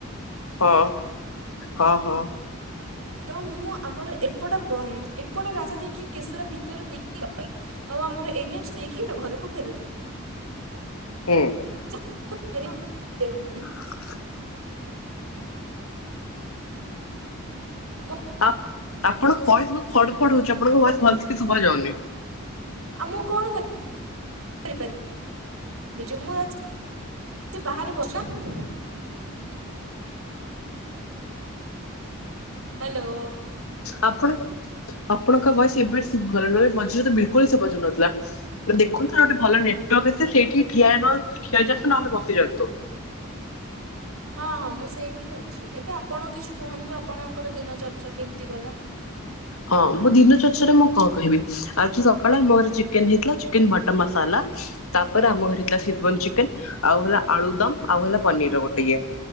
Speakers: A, on the left; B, on the right.
A: ହଁ ହଁ ହଁ।
B: ତ ମୁଁ ଆମର ଏପଟ ବ ଏପଟ ରାସ୍ତା ଦେଇକି କେଶୁର ଭିତରୁ ଦେଇକି ଗଲି। ଆଉ ଆମର ଏନ୍ଏଚ୍ ଦେଇକି ଘରକୁ ଫେରୁଥି
A: ହୁଁ।
B: <inaudible>
A: ହଃ
B: ମୋ
A: ଆପ୍ ଆପଣଙ୍କ ଭଏସ ବୋହୁତ ଫଡ ଫଡ ହୋଉଚି ଆପଣଙ୍କ
B: ପ-
A: ଭଏସ ଭଲସେ କିଛି ଶୁଭା ଯାଉନି।
B: ଆଉ ମୁଁ କଣ କରି ପାରିବି। ଏବେ ମୁଁ ବାହାରେ ବର୍ଷା <inaudible> ହ୍ୟାଲୋ।
A: ଆପଣ ଆପଣଙ୍କ ଭ‌ଏସ ଏବେ ଶୁଭ ଗଲା ନହେଲେ ମଝିରେ ତ ବିଲକୁଲ ଶୁବାଜାଉ ନଥିଲା ଦେଖନ୍ତୁ ଗୋଟେ ଭଲ ନେ ଟୱର୍କ ସେଇଠି ଠିଆ ହେବ <unintelligible> ନହେଲେ ବସିଯାଆନ୍ତୁ।
B: ହଁ ହଁ ମୁଁ ସେଇଠି ଅଛି ଏବେ ଆପଣ କିଛି କୁହନ୍ତୁ ଆପଣଙ୍କର ଦିନ ଚର୍ଚ୍ଚା କେମିତି ଗଲା।
A: ହଁ ମୁଁ ଦିନ ଚର୍ଚ୍ଚାରେ ମୁଁ କଣ କହିବି ଆଜି ସକାଳେ ଆମ ଘରେ ଚିକେନ ହେଇଥିଲା ଚିକେନ ବଟର ମସଲା ତାପରେ ଆମ ଘରେ ହେଇଥିଲା <unintelligible> ଚିକେନ ଆଉ ହେଲା ଆଳୁଦମ୍ ଆଉ ହେଲା ପନିର ଗୋଟେ ଇଏ